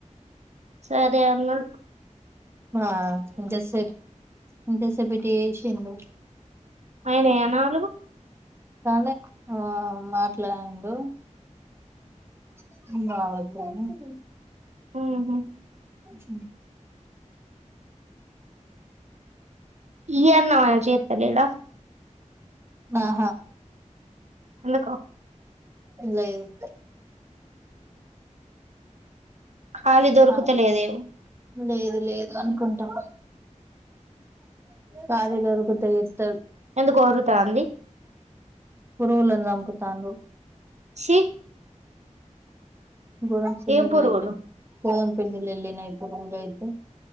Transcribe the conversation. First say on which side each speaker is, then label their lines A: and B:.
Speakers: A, on the right; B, on the right.
A: సరే అన్నా
B: ఆ <inaudible> ఇంతసేపటి ఏడీషిండు
A: అయినాయా నాలుగు
B: చాలా ఎక్కువ మాట్లాడిండు <unintelligible>
A: మ్ హ్
B: అ
A: ఈ అన్నవయే చేత్తలేడా
B: ఆహా
A: ఎందుకో
B: లేదు.
A: ఖాళీ దొరుకుతలేదేవు
B: ఆ, లేదు లేదు అనుకుంటా కాలి దొరుకుతే చేత్తాం
A: ఎందుకో ఒర్రుతాంది
B: పురుగులన్ చంపుతాన్లు
A: చి
B: గోరం చిన్న
A: ఏం పురుగులు
B: <unintelligible> పిండిల్లినయి పురుగులైతే